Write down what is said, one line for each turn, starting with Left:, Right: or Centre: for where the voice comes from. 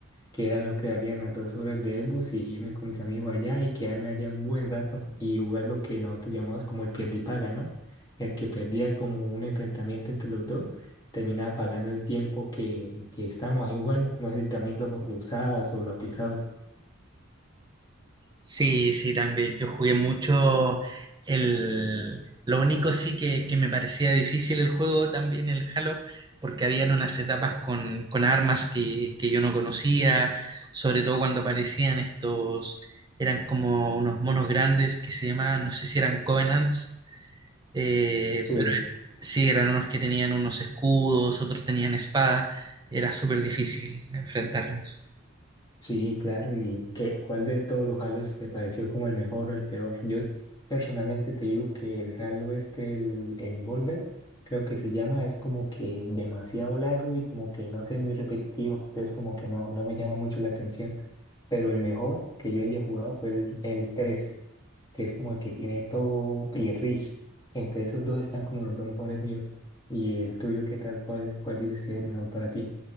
Left: que era lo que darían las dos horas de Xbox y irme con mis amigos allá y quedarme allá un buen rato y jugar lo que nosotros llamamos como el pierde y paga, ¿no? El que perdía como un enfrentamiento entre los dos, terminaba pagando el tiempo que, que estábamos ahí jugando. No sé si también lo, lo usabas o lo aplicabas.
Right: Sí, sí, también. Yo jugué mucho el... Lo único sí que, que me parecía difícil el juego también, el Halo, porque habían unas etapas con, con armas que, que yo no conocía, sobre todo cuando aparecían estos, eran como unos monos grandes que se llamaban, no sé si eran Covenants. Eh,
Left: sí
Right: pero sí, eran unos que tenían unos escudos, otros tenían espada. Era súper difícil enfrentarlos.
Left: Sí, claro. ¿Y qué, cuál de todos los Halos te pareció como el mejor o el peor? Yo personalmente te digo que el Halo este, el Envolver, creo que se llama, es como que demasiado largo y como que no sé, muy repetitivo. Entonces como que no, no me llama mucho la atención. Pero el mejor que yo haya jugado fue el, el tres que es como el que tiene todo y Rich. Entre esos dos están como los dos mejores míos. ¿Y el tuyo qué tal? ¿Cuál, cuál dices que es el mejor para ti?